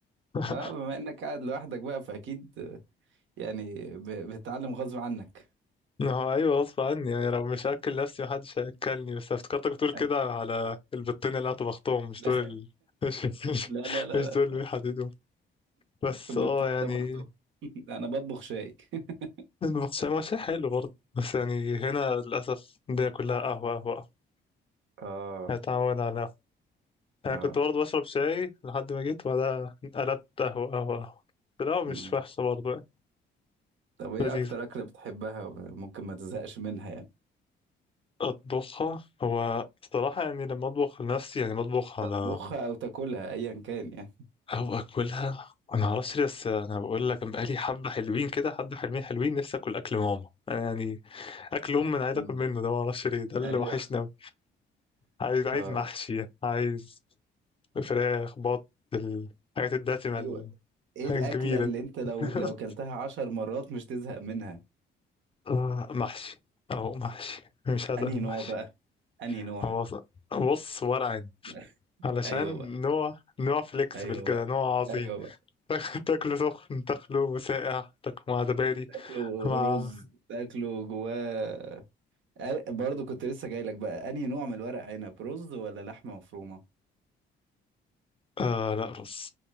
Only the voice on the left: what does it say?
<laughs>
ما هو ايوه غصب عني يعني لو مش هاكل نفسي محدش هياكلني بس افتكرتك بتقول كده
على البطين اللي هطبختهم مش
دول ال... <laughs> مش مش,
مش دول اللي بيحددوا بس
اه يعني
المحشي ما شيء حلو برضه بس يعني هنا للاسف الدنيا كلها قهوه قهوه قهوة.
هتعود على قهوه انا
كنت برضه بشرب شاي لحد ما جيت وبعدها قلبت قهوه قهوه قهوه بس القهوه مش
وحشه برضه يعني
لذيذه
اطبخها هو الصراحه يعني لما اطبخ لنفسي يعني بطبخ على
او اكلها انا معرفش ليه بس انا بقول لك أنا بقالي حبه حلوين كده حبه حلوين حلوين نفسي اكل اكل ماما أنا يعني اكل ام انا عايز
اكل منه ده معرفش ليه ده اللي
وحشني أوي. عايز عايز
محشي عايز فراخ بط الحاجات الدسمه
الحاجات
الجميله
دي
<laughs>
آه، محشي او محشي مش عايز
انا محشي
هو ص- بص ورق عنب
علشان
نوع نوع فليكسبل
كده
نوع عظيم
<laughs> تاكله سخن تاكله ساقع تاكله مع زبادي
مع
آه لا رز